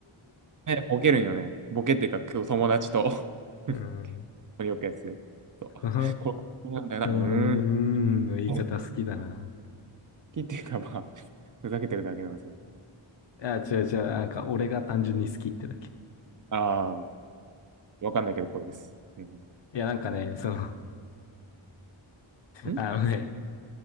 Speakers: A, on the right; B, on the left.
A: えボケるんよね。ボケっていうか、今日友達と
B: うん、
A: <laughs> よくやつで。そうこれ、
B: その、
A: こうなんだよな。
B: その、
A: うーん。
B: うーんの言い方好きだな。
A: 本気っていうか、まあ、ふざけてるだけなんですけど。
B: いや、違う違う。なんか、俺が単純に好きってだけ。
A: ああ、わかんないけど、声です。うん。
B: いや、なんかね、その、
A: ん
B: あのね、